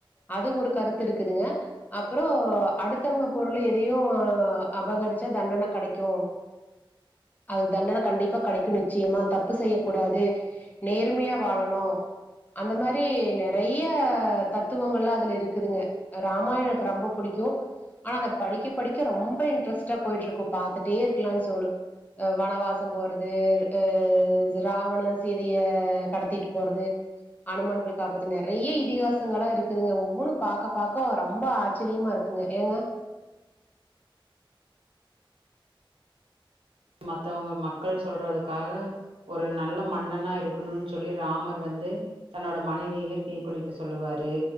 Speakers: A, on the left (about 20°); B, on the right (about 85°).
A: அது ஒரு கருத்து இருக்குதுங்க அப்புற அடுத்தவங்க பொருளை எதையு அபகரிச்சா தண்டன கெடைக்கு <inaudible> அதுக்கு தண்டனை கண்டிப்பா கெடைக்கு நிச்சயமா தப்பு செய்யக் கூடாது நேர்மையா வாழண் ணு அந்த மாரி நெறைய தத்துவங்கள்லா அதுல இருக்குதுங்க ராமாயண எனக்கு ரொம்ப புடிக்கு ஆனா அதப் படிக்கப் படிக்க ரொம்ப இன்ட்ரெஸ்ட்டா போயிட்டு இருக்கு பாத்துட்டே இருக்கலான்னு சோலு அ வனவாசம் போறது எ அ ராவணன் சீதய கடத்திட்டு போறது அனுமான் போயி காப்பாத்துனாரு நெறைய இதிகாசங்களா இருக்குதுங்க ஒவ்வொன்னு பாக்க பாக்க ரொம்ப ஆச்சரியமா இருக் ங்க ஏங்க
B: மத்தவங்க மக்கள் சொல்றதுக்காக ஒரு நல்ல மன்னனா இருக்கணும்ன்னு சொல்லி ராமர் வந்து தன்னோட மனைவியவே தீக்குளிக்க சொல்லுவாரு